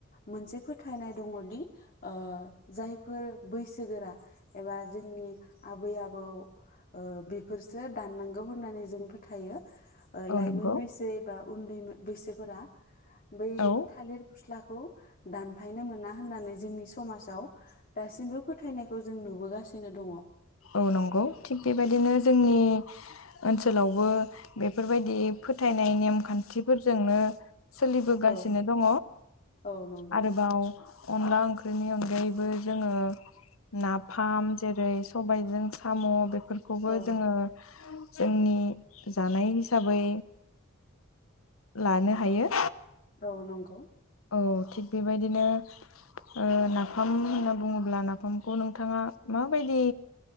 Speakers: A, on the left; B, on the left.
A: मोनसे फोथायनाय दङ दि ओ जायफोर बैसोगोरा एबा जोंनि आबै आबौ ओ बेफोरसो दाननांगौ होननानै जों फो थायो ओ
B: औ
A: लाइ
B: नंगौ
A: मोनबैसे एबा उन्दैमो बैसोफोरा बै
B: औ
A: थालिर फस्लाखौ दानफायनो मोना होननानै जोंनि समाजाव दासिमबो फोथायनायखौ जों नुबोगासिनो दङ।
B: औ नंगौ थिग बेबायदिनो जोंनि ओनसोलावबो बेफोरबायदि फोथायनाय नेम खान्थिफोरजोंनो सोलिबोगासिनो
A: औ
B: दङ
A: औ नंगौ।
B: आरोबाव अनला ओंख्रिनि अनगायैबो जोङो नाफाम जेरै सबायजों साम' बे फोरखौबो
A: औ
B: जोङो जोंनि जानाय हिसाबै लानो हायो।
A: औ नंगौ
B: औ थिग बेबायदिनो ओ नाफाम होनना बुङोब्ला नाफामखौ नोंथाङा माबायदि